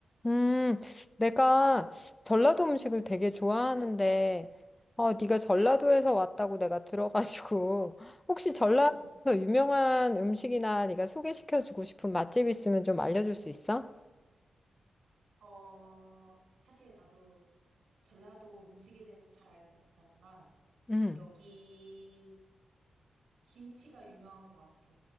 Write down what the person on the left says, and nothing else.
음, 내가 전라도 음식을 되게 좋아하는데, 어, 네가 전라도에서 왔다고 내가 들어가지고, <laughs> 혹시 전라도에서
유명한 음식이나 네가 소개시켜주고 싶은 맛집 있으면 좀 알려줄 수 있어?
음.